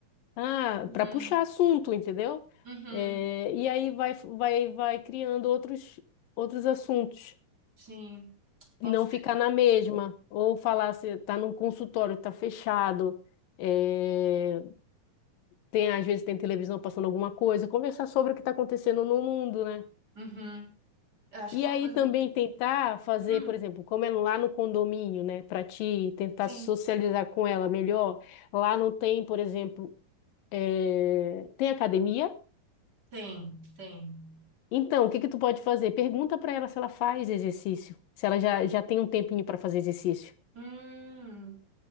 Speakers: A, on the left; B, on the right.
A: Ah,
B: Uhum,
A: para puxar assunto, entendeu?
B: uhum,
A: É, e aí vai, vai, vai criando outros, outros assuntos.
B: sim, pode
A: e não
B: ser.
A: ficar na mesma, ou falar se tá num consultório, tá fechado, é, tem, às vezes tem televisão passando alguma coisa, conversar sobre o que está acontecendo no mundo, né?
B: Uhum. Eu acho
A: E
B: que uma
A: aí
B: coisa.
A: também tentar fazer,
B: Hum,
A: por exemplo, como é lá no condomínio, né, para ti tentar
B: sim,
A: socializar com ela melhor. Lá não tem, por exemplo, é, tem academia.
B: tem, tem.
A: Então, o que que tu pode fazer? Pergunta para ela se ela faz exercício, se ela já, já tem um tempinho para fazer exercício.
B: Hum,